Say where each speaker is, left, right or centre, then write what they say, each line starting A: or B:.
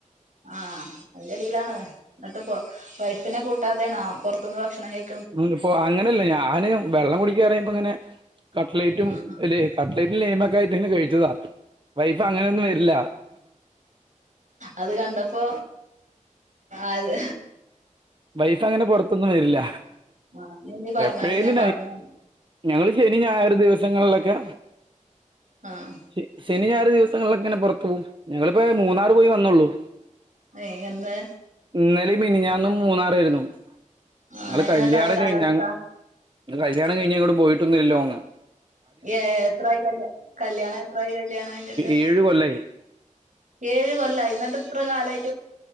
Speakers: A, on the right; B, on the right.
A: ആഹ് അതിന്റെറെടിയിലാണ് എന്നിട്ടിപ്പോ വൈഫിനെ കൂട്ടാതെയണോ പുറത്തനിന്ന് ഭക്ഷണം കഴി
B: ഇപ്പൊ അങ്ങനെയല്ലേ ഞാന് വെള്ളം കുടിക്കനെറിങ്ങിയുമ്പ അങ്ങനെ കട്ട്ലേറ്റും
A: ഉം.
B: ഇല്ല കട്ടലേറ്റിൽ നെയ്മ ഒക്കെ ആയിട്ടെ കഴിച്ചതാ വൈഫ് അങ്ങനെയൊന്നും വരില്ല
A: അത് കണ്ടപ്പോ അത്
B: വൈഫ അങ്ങനെ പുറത്തൊന്നും വരില്ല
A: ആ, നീ പറഞ്ഞാണ്ട്
B: എപ്പോഴേല
A: ഞാൻ പറഞ്ഞു
B: ഞങ്ങള് ശ ശെനി ഞായർ ദിവസങ്ങളിലൊക്കെ
A: ആഹ്
B: ശ ശനി ഞാറ് ദിവസങ്ങളിലക്കെങ്ങനെ പുറത്തു പോകവും ഞങ്ങളിപ്പോ മൂന്നാറ് പോയി വന്നള്ളു
A: ഏ, എന്ന്
B: ഇന്നലെ മിനിഞാന്നും മൂന്നാറായിരുന്നു
A: ആ
B: നിങ്ങള്
A: എങ്ങനെണ്ട്
B: കല്യാണം
A: അവിടെ കാലാവസ്ഥ
B: കഴിഞ്ഞ കല്യാണം കഴിഞ്ഞ് എങ്ങട്ടും പോയിട്ടൊന്നില്ലല്ലോന്ന്
A: ഏഹ് എത്രായി കല് കല്യാണം എത്രായി കല്യാണം കഴിഞ്ഞിട്ട്
B: ഏഴ് കൊല്ലായി
A: ഏഴ് കൊല്ലായി ന്നിട്ട് ഇത്ര കാലായി